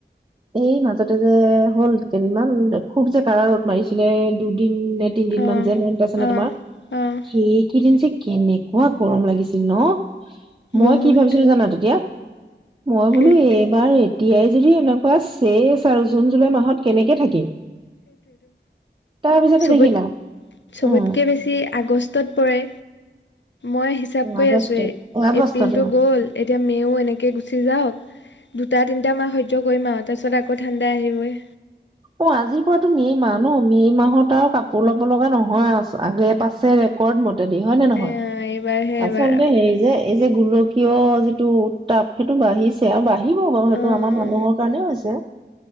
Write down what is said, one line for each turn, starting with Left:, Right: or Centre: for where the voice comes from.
Right: এই মাজতে যে হ'ল মান খুব জে কাৰা ৰ'দ মাৰিছিলে দু দুদিন নে তিন
Left: অ',
Right: দিন মান যে মনত আছে নে
Left: অ',
Right: তোমাৰ
Left: অ',
Right: সেই কেই দিন যে। কেনেকুৱা গৰম লাগিছিল ন। মই
Left: বহুত
Right: কি ভাবিছিলো জানা তেতিয়া? মই বোলো
Left: কি
Right: এইবাৰ। এতিয়াই যদি এনেক কোৱা শেষ আৰু জুন, জুলাই মাহত। কেনেকে থাকিম। পিছতে
Left: চবত-চবতকে
Right: দেখিলা উম
Left: বেছি আগষ্টত পৰে। মই হিচাপ কৰি
Right: আগষ্ট
Left: আছোঁ। এই
Right: আগষ্টত
Left: এপ্ৰিলটো গ'ল, এতিয়া মে'ও এনেকৈ গুচি যাওক। দুটা তিনিটামাহ সহ্য কৰিম আৰু তাৰপিছত আকৌ আকৌ ঠাণ্ডা আহিবই।
Right: অ আজিৰ পৰাতো মে মাহ ন মে' মাহত আৰু কাপোৰ লব লগা নহয় আ আগ এ পাছে ৰেকৰ্ড মতে। ত হয় নে নহয়
Left: এ এইবাৰহে
Right: আচলতে
Left: এইবাৰ
Right: হে যে এই। যে গোলকীয় যিটো তাপ সেইটো বাঢ়িছে আৰু বাঢ়ি বাৰু সেইটো
Left: অ',
Right: আমাৰ মানুহৰ কাৰণেও হৈছে